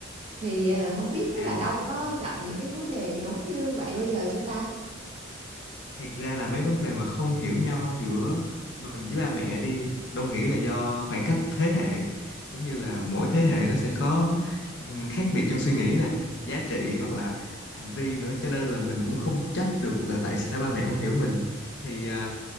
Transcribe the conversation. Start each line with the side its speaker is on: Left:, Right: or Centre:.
Right: Thì ờ, không biết
Left: À,
Right: là Đông có gặp những cái vấn đề giống như vậy bao giờ chưa ta?
Left: thiệt ra là mấy vấn đề mà không hiểu nhau giữa mình với ba mẹ đi, Đông nghĩ là do khoảng cách thế hệ. Giống như là mỗi thế hệ nó sẽ có ừm, khác biệt trong suy nghĩ nè, giá trị hoặc là hành vi nữa. Cho nên là mình cũng không trách được là tại sao ba mẹ không hiểu mình. Thì à,